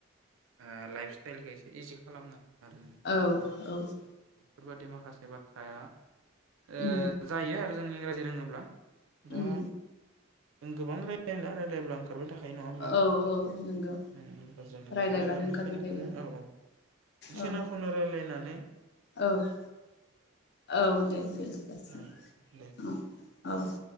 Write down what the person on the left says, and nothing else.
औ -औ-।
उम
उम
औ
औ नंगौ
रायलायबानो
ओंखारबाय
थायो
औ
औ- औ- दे दोनथगासिनो
औ- औ-।